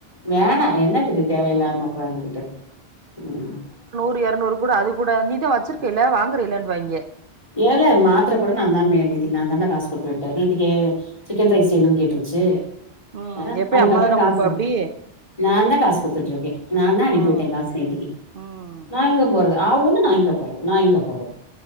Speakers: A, on the left; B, on the right.
A: வேணா என்னதுக்கு தேவயில்லாம
B: ஆ
A: கொழந்தகிட்ட உ
B: இரு எரநூறு கூட அது கூட நீதா வச்சிர்க்கல்ல வாங்குறீல இல்லன்வாங்க
A: ஏள மாத்ர கூட நா தா மே நேத்கி நா தா புஃள காசு கொடுத்து விட்டே நேத்கி சிக்கன் ரைஸ் வேனுனு கேட்ர்சி
B: ம்
A: அ
B: எப்பயு
A: அதுக்கப்பற
B: அம்மா தான
A: காசு
B: குடுப்பா அப்டி
A: நா தா காசு குடுத்துட்ர்க்கே நா தா அனுபிவுட்ட
B: ஆ
A: காசு நேத்திக்கி
B: ம்
A: நா இங்க போறது ஆ ஊன்னு நா இங்க போறது நா இங்க போறது